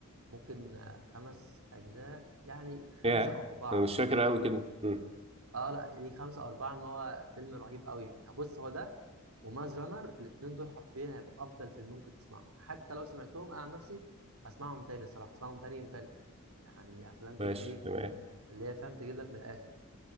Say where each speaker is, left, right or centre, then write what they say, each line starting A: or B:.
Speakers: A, on the right; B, on the right.
A: ممكن آه، خمس أجزاء يعني خمسة
B: ياه
A: أو أربعة
B: انا مش فاكر قوي كده مم.
A: أه لا ليه خمسة أو أربعة إن هو فيلم رهيب أوي يعني يعني بص هو ده وماز رانر الاتنين دول حرفيا هيبقوا أفضل فيلم ممكن تسمعهم حتى لو سمعتهم أنا عن نفسي أسمعهم تاني الصراحة أسمعهم تاني وتالت يعني أفلام كده
B: ماشي
A: إيه
B: تمام
A: اللي هي فاهم تجيب لك من الآخر